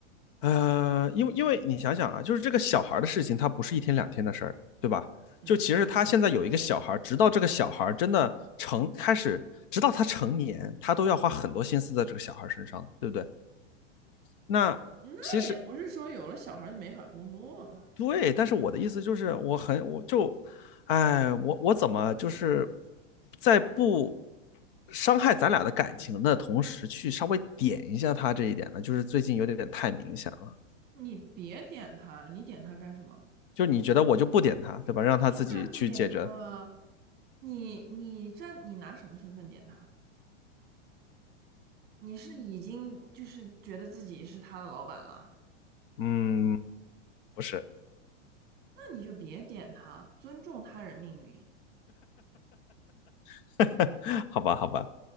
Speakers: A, on the left (about 45°); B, on the right (about 25°).
A: 呃，因为因为你想想啊，就是这个小孩的事情，他不是一天两天的事儿，对吧？
B: 嗯，
A: 就其实他现在有一个小孩直到这个小孩真的成开始，直到他成年，他都要花很多心思在这个小孩身上，对不对？那其实
B: 那也不是说有了小孩儿就没法工作了。
A: 对，但是我的意思就是，我很我就，哎，我我怎么就是在不伤害咱俩的感情的同时，去稍微点一下他这一点呢？就是最近有点太明显了。
B: 你别点他，你点他干什么？
A: 就你觉得我就不点他，对吧？让他自己去解决。
B: 你当然不点他了。你你站，你拿什么身份点他？你是已经就是觉得自己是他的老板了，
A: 嗯，不是，
B: 那你就别点他，尊重他人命运。
A: <laughs> 好吧，好吧，